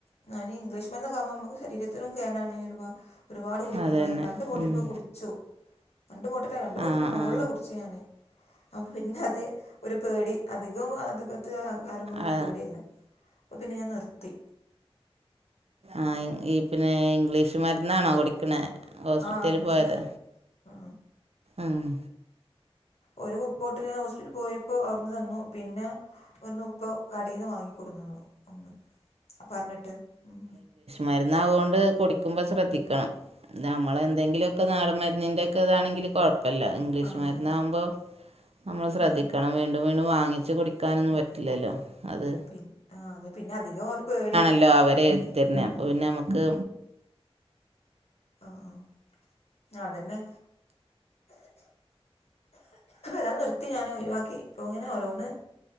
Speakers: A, on the left; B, on the right.
A: ഞാൻ ഈ ഇംഗ്ലീഷ് മര്ന്നോക്കെ ആവുമ്പോ മ്മക്കും ശരീരത്തിനും കെടാണ് ഒരുപാട് കുടിക്കുമ്പോളെ
B: അത് തന്നെ
A: രണ്ട് ബോട്ടിൽ
B: ഉം.
A: ഇപ്പോ കുടിച്ചു രണ്ട് ബോട്ടിൽ രണ്ടു ബോട്ടിൽന്റെ
B: ആ
A: മുകൾല്
B: ആ
A: കുടിച്ച് ഞാൻ അപ്പ പിന്നെ അത് ഒരു പെടി അധികം അത് അകത്ത് കയറുമ്പോളും
B: ആ
A: പെടിയല്ലെ അപ്പോ പിന്നെ ഞാൻ നിർത്തി
B: ആഹ് ഈ പിന്നെ ഇംഗ്ലീഷ് മരുന്നാണോ കുടിക്ക്ണെ ഹോസ്പിറ്റല്
A: ആ ഇംഗ്ലീഷ്
B: പോയത്
A: മരുന്ന് ആ
B: ഉം.
A: ഒരു ബോട്ടിൽ ഞാൻ ഹോസ്പിറ്റൽ പോയപ്പോ അവിടുന്ന് തന്നു പിന്നെ ഒന്ന് ഉപ്പ കടെന്ന് വാങ്ങികോടുന്നു തന്നു ഒന്ന് പറഞ്ഞിട്ട് ഉം
B: മരുന്നാവുകോണ്ട് കുടിക്കുമ്പോ ശ്രദ്ധിക്കണം നമ്മളെ എന്തെങ്കിലോക്കെ നാടൻ മര്ന്നിന്റെ ഒക്കെ ഇതാണെങ്കിൽ കോഴപ്പ് പ്പല്ല ഇംഗ്ലീഷ്
A: ആഹ്
B: മര്ന്ന് ആകുമ്പോ നമ്മൾ ശ്രദ്ധിക്കണം
A: ആഹ്
B: വീൻ വീണ്ടും വീണ്ടും വാങ്ങിച്ച് കുടിക്കാനോന്നും പറ്റില്ലല്ലോ അത്
A: മ് പിൻ ആഹ് അതെ പിന്നെ അധികം ഒരു പെടി
B: ല്ല അവര് തരുന്നേ അപ്പോ പിന്നെ ന്നമ്മക്ക്
A: ആഹ് ആഹ് അത് തന്നെ ഞാൻ നിർത്തി ഞാൻ ഒഴിവാക്കി ഇപ്പോ ഇങ്ങനെ ഓരോന്ന്